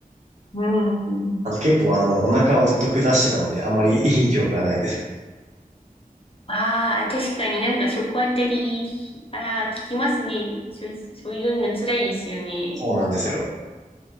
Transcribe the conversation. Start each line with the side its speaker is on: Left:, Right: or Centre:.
Left: うん。
Right: あと結構あの、お腹をずっと下してたので、あまりいい記憶はないです。
Left: ああ、確かになんか食あたり、ああ、聞きますね。そうい、そういうの辛いですよね。
Right: そうなんですよ。
Left: なんか